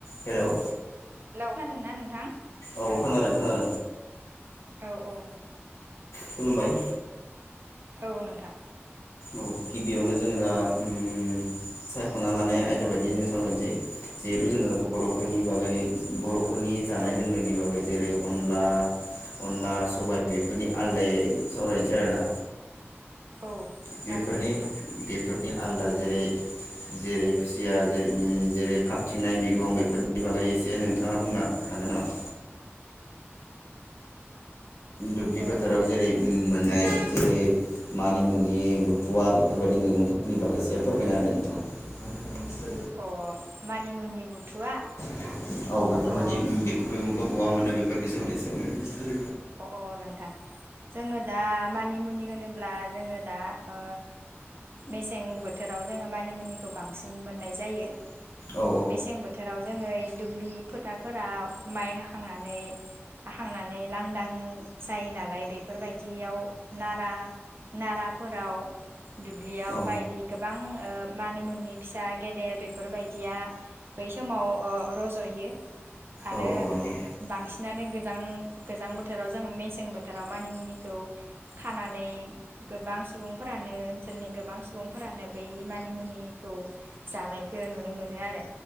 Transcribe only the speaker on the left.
Hello
औ खोनादों खोनादों
खुलुमबाय।
औ गिबियावनो जोङो दा उम सायख'ना लानाय आयदा बायदि जों सावरायनोसै जिहेथु जोङो बर'फोरनि बागै बर' फोरनि जानाय
लोंनायनि बागै जेरै अनला अनला सबाय बेफोरनि आलदायै सावरायनोसै आरोना
बेफोरनि
बेफोरनि आलदा जेरै जेरै खुसिया जेरै खाबथिंनाय मैगं बेफोरनि बागै एसे नोंथाङा बुंनो हागोन नामा? दुब्लि
फोथाराव
जेरै मोननाय जेरै मानि बा बेफोरबायादि मैगंफोरनि बागै एसे फोरमायना होदों नोंथाङा
औ बेफोरबायदि
बेफोर मैगंखौ बहा मोनो बे निसाय <unintelligible>
औ
औ
औ औ नंगौ